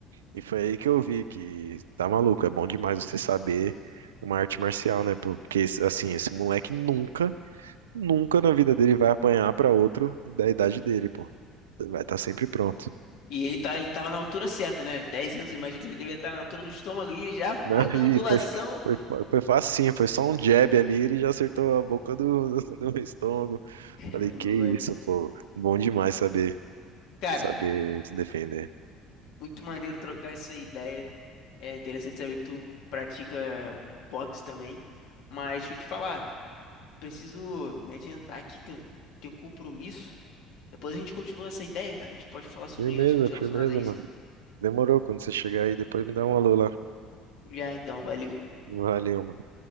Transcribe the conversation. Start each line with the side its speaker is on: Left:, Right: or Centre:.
Right: E foi aí que eu vi que tá maluco. É bom demais você saber uma arte marcial, né? Porque, assim, esse moleque nunca, nunca na vida dele vai apanhar pra outro da idade dele, pô. Vai estar sempre pronto.
Left: e ele tá, ele tava na altura certa, né? dez anos, imagina que ele devia estar na altura do estômago ali, já
Right: Não,
Left: bota
Right: <laughs>
Left: a angulação.
Right: e foi, foi, foi facinho, foi só um jab ali, ele já acertou a boca do, <laughs> do estômago.
Left: Caramba,
Right: Falei, que
Left: mano.
Right: isso, pô, bom demais saber,
Left: Cara,
Right: saber se defender.
Left: Muito maneiro trocar essa ideia. É interessante saber que tu pratica o boxe também. Mas deixa eu te falar, preciso me adiantar aqui que eu tenho um compromisso. Depois a gente continua essa ideia, cara. A gente pode falar sobre
Right: Firmeza,
Left: assuntos relacionados
Right: firmeza,
Left: a isso.
Right: mano. Demorou, quando você chegar aí, depois me dá um alô lá.
Left: Já então, valeu.
Right: Valeu, mano.